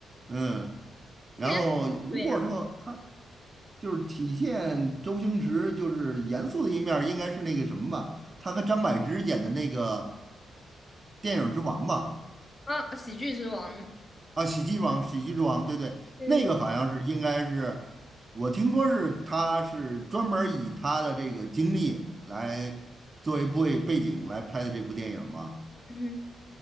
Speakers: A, on the right; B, on the left.
A: 嗯，
B: 我感觉对呀、
A: 然后如果说他就是体现周星驰就是严肃的一面儿应该是那个什么吧，他和张柏芝演的那个电影之王吧。
B: 啊，喜剧之王，
A: 啊，喜剧王，喜剧之王，对对，
B: 对对
A: 那个好像是应该是，我听说是他是专门儿以他的这个经历来作为背背景来拍的这部电影嘛。
B: 嗯